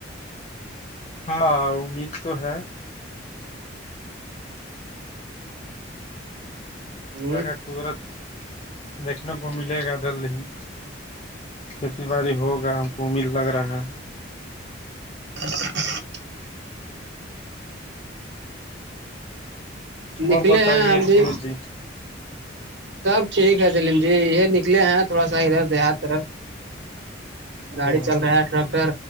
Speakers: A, on the left; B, on the right.
A: ہاں امید تو ہے
B: امید
A: کا قدرت دیکھنے کو ملے گا جلد ہی کھیتی باڑی ہوگا ہم کو امید لگ رہا ہے
B: ا <inaudible>
A: اور
B: نکلے
A: بتائیے
B: ہیں ہم بھی
A: فیروز جی
B: سب ٹھیک ہے جلیم جی یہ نکلے ہیں تھوڑا سا ادھر دیہات طرف
A: او
B: گاڑی چل رہا ہے ٹریکٹر